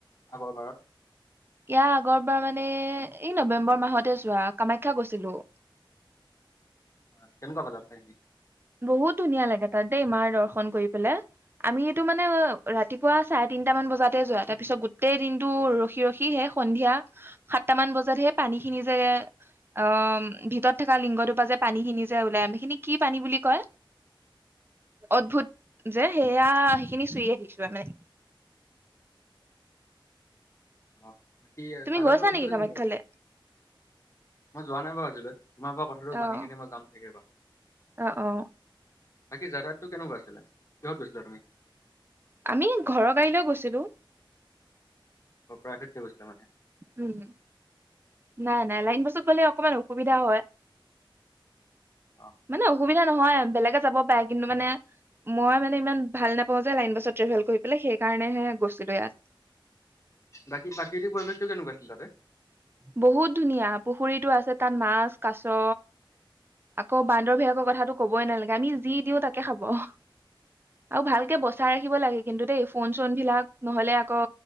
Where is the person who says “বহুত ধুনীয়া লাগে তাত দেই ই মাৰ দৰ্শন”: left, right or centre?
Right